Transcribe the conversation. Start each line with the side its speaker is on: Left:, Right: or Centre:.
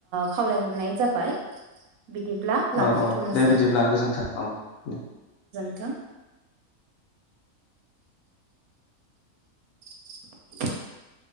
Right: खावलायहरनाय जाबाय। बिदिब्ला लाखिथ'नोसै
Left: औ औ दे बिदिब्ला गोजोन्थों औ दे।
Right: थों <inaudible>